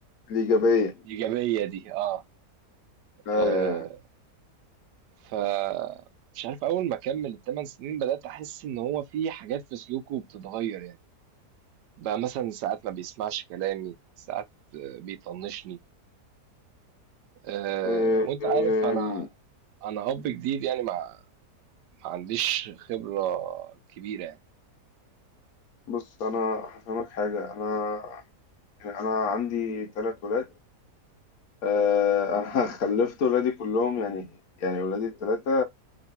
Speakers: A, on the left (about 65°); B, on the right (about 85°).
A: الإيجابية
B: الايجابية دي اه
A: لا
B: آه،
A: يا
B: ف مش عارف اول ما كمل الثمان سنين بدأت احس ان هو في حاجات في سلوكه بتتغير يعني بقى مثلا ساعات ما بيسمعش كلامي ساعات آه، بيطنشني آه،
A: إيه
B: وانت
A: إيه
B: عارف انا انا اب جديد يعني ما ما عنديش خبرة كبيرة
A: بص أنا هفهمك حاجة أنا يعني أنا عندي تلات ولاد آه، <laughs> أنا خلفت ولادي كلهم يعني يعني ولادي التلاتة